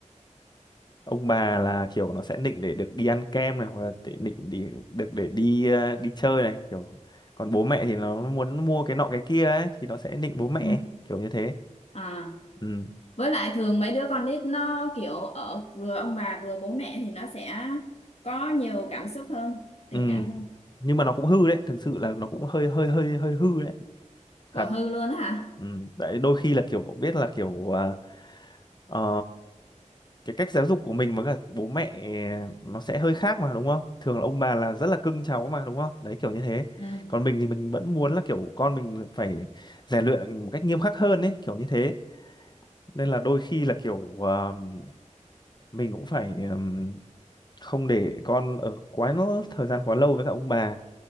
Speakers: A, on the left; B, on the left.
A: ông bà là kiểu nó sẽ định để được đi ăn kem này hoặc là để định để được để đi ờ, đi chơi này kiểu còn bố mẹ thì nó muốn mua cái nọ cái kia ấy thì nó sẽ định bố mẹ
B: ừ.
A: kiểu như thế
B: à
A: ừ
B: với lại thường mấy đứa con nít nó kiểu ở vừa ông bà vừa bố mẹ thì nó sẽ có nhiều cảm xúc hơn tình
A: ừ
B: cảm hơn
A: nhưng mà nó cũng hư đấy thực sự là nó cũng hơi hơi hơi hơi hư đấy
B: của
A: thật
B: hư luôn á hả
A: ừ. tại đôi khi là kiểu cũng biết là kiểu à, ờ, cái cách giáo dục của mình với cả bố mẹ ờ, nó sẽ hơi khác mà đúng không? Thường là ông bà là rất là cưng cháu mà đúng không? Đấy kiểu như thế.
B: ừ
A: Còn mình thì mình vẫn muốn là kiểu con mình phải rèn luyện một cách nghiêm khắc hơn ấy, kiểu như thế. Nên là đôi khi là kiểu ờm, mình cũng phải ờm, không để con ở quá nó thời gian quá lâu với cả ông bà,